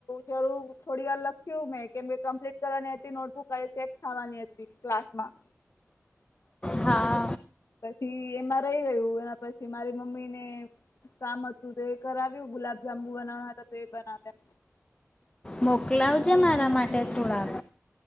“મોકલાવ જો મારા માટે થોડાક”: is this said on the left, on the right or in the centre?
Left